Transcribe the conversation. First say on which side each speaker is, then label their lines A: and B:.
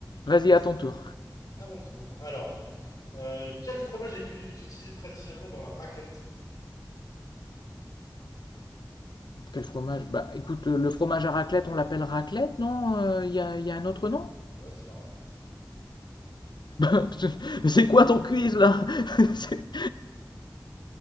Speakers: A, on the left (about 80°); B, on the left (about 65°).
A: Vas-y,
B: Ah, oui.
A: à ton tour.
B: À mon tour. Alors, euh, quel fromage est, est utilisé traditionnellement dans la raclette
A: Quel fromage? Bah écoute, le, le fromage à raclette, on l'appelle raclette, non? Euh, Il y a, y a un autre nom?
B: Ouais, c'est la raclette.
A: <laughs> Mais c'est quoi ton quiz là? <laughs> C'est-